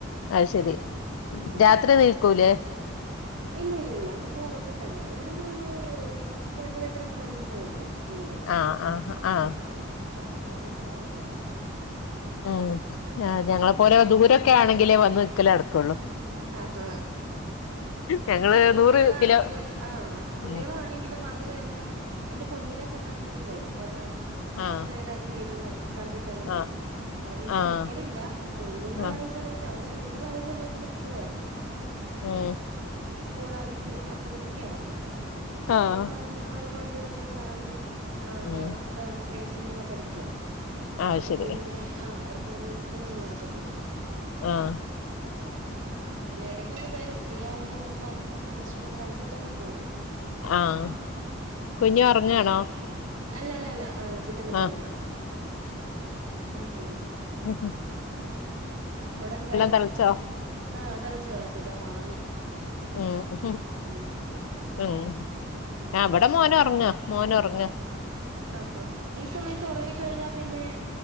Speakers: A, on the left; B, on the right.
A: അ ശരി
B: ഉം
A: രാത്രി നിൽക്കൂലേ
B: ഇല്ല ഇല്ല ഇല്ല അങ്ങ് പോകപ്പോ തന്നെ ഇവിടന്ന് ഒരു രണ്ട രണ്ടര കിലോമീറ്ററേ ഉള്ളൂ വീടെ
A: ആഹ് ആഹ് ആഹ്
B: ആഹ അപ്പൊ അങ്ങ് പോകൻ പെട്ടെന്ന്യി
A: ഉം ആ് ഞങ്ങളെ പോലെ ദൂരൊക്കെ ആണെങ്കിലേ വന്ന് നിൽക്കലേ നടക്കുള്ളൂ
B: ആഹ
A: ഞങ്ങള്
B: പിന്നെ കുട്ടികളാണെങ്കിലും
A: നൂറ് കിലോ
B: ആഹ കുട്ടികളാണെങ്കിലും
A: ഉം
B: വന്ന കഴിഞ്ഞാൽ എന്റെ കുഞ്ഞിനെ കാണാൻ വേണ്ടി വരും വന്ന്
A: ആഹ്
B: കുറച്ചു നേരംക്കെ ഇരുന്ന് കണ്ടിട്ട് അങ്ങ് പോകും
A: ആഹ്
B: അങ്ങനെ ഇപ്പ
A: ആഹ്
B: നിക്കലില്ല കുഞ്ഞുങ്ങളായ
A: ആഹ്
B: സമയത്ത് അവര് കുഞ്ഞുങ്ങളായ സമയം സമയത്ത് നിൽക്കു മായിരുന്നു.
A: ഉം
B: സ്കൂള അവധിക്കും ഒക്കെ നിക്കായിരുന്നു ഇപ്പൊന്ന്
A: ആഹ്
B: പറഞ്ഞാ അവരൊക്കെ വല്യ കുട്ടികളായി ആ
A: ഉം
B: ഇപ്പൊ നഴ്സിംഗ ഒക്കെ പഠിക്കുവ
A: ആഹ്
B: അപ്പൊ
A: ശരി
B: പിന്നെ ആ അവർക്ക് വന്ന് നിക്ക കേലത് നടക്കത്തില്ല
A: ആഹ
B: ഉ അപ്പൊ പിന്നെ ഇടയ്ക്ക ഒന്ന് വരും ഫ്രീ ആവുമ്പോ ഒന്ന് വന്ന് ജസ്റ്റ് ഒന്ന് കണ്ടിട്ട്ങ്ങ് പോകും.
A: ആഹ കുഞ്ഉറങ്ങാണോ?
B: അല്ല അല്ല അല്ല ആഹ ചിറ്റമ്പറ്റ
A: ആഹ്
B: കയ്യില ഉ ഉ
A: ഉം ഹം
B: അവിടെ എന്തായി
A: തെളച്ചോ
B: ആഹ് തിളച്ചു ളച്ചു ഇതാ വാങ്ങി
A: ഉം ഉ
B: ഉം
A: ഉം ഞ അവിടെ മോന ഉറങ്ങാ മോനു ഉറങ്ങ
B: ആഹാ ഈ സമയത്ത് ഉറ കഴിഞ്ഞാൽ പിന്നെ